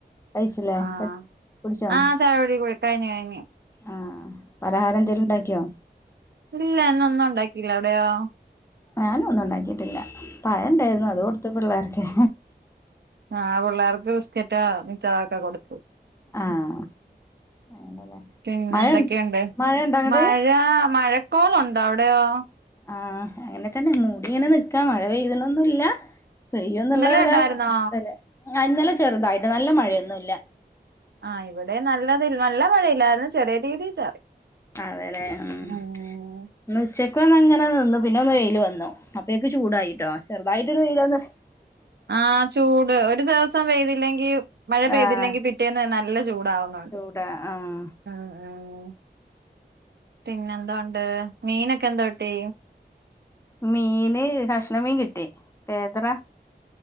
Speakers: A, on the left; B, on the right.
A: കഴിച്ചില്ലേ
B: ആഹ്
A: കട് കുടിച്ചോ?
B: ആ ചായകുടി കുടി കഴിഞ്ഞു കഴിഞ്ഞു
A: ആ പലഹാരം
B: ഉം
A: എന്തേലും ഉണ്ടാക്കിയോ?
B: ഇല്ല എന്നൊന്നും ഉണ്ടാക്കിയില്ല അവിടെയോ?
A: ഞാനും ഒന്നും ഉണ്ടാക്കിട്ടില്ല പഴം ഉണ്ടായിരുന്നു അത് കൊടുത്തു പിള്ളേർക്ക്.
B: ആഹ പിള്ളേർക്ക് ബിസ്‌ക്കറ്റോമിച്ച റോ കൊടുത്തു.
A: ആഹ് അങ്ങനല്ലേ
B: പിന്നെന്തൊക്കെയുണ്ട്
A: മഴ മഴയുണ്ടോ അങ്ങട്
B: മഴ മഴക്കോളുണ്ടോ അവിടെയോ
A: ആഹ അങ്ങനെ തന്നെ മൂടി ഇങ്ങനെ നിക്കാ മഴ പെയ്തണൊന്നുംല്ലാ പെയ്യുന്നുള്ള
B: ഇന്നലെ
A: ഒരവസ്ഥലെ
B: ഉണ്ടായിരുന്നോ
A: ഇന്നലെ ചെറുതായിട്ട് നല്ല മഴയൊന്നുല്ല
B: ആഹ ഇവിടെ നല്ലതി നല്ല മഴയില്ലായിരുന്നു ചെറിയ രീതിൽ ചാറി
A: അതെല്ലെ ഉന്ന്
B: ഉം
A: ഉച്ചക്ക ഒന്ന് അങ്ങനെ നിന്നു പിന്നെ ഒന്ന് വെയില് വന്നു അപ്പൊക്കെ ചൂടായിട്ടോ ചെറുതായിട്ടൊരു വെയ്ലൊന്ന്
B: ആഹ് ചൂട് ഒരു ദിവസം പെയ്തില്ലെങ്കി മഴ പെയ്തില്ലെങ്കി
A: ആഹ്
B: പിറ്റേന്ന് നല്ല ചൂടാവുന്ന
A: ചൂടാ ആഹ്
B: ആഹ് ആഹ് പിന്നെന്തോ ഒണ്ട് മീനൊക്കെ എന്തോട്ടീ
A: മീന് കഷ്ണ മീൻ കിട്ടി പേദറ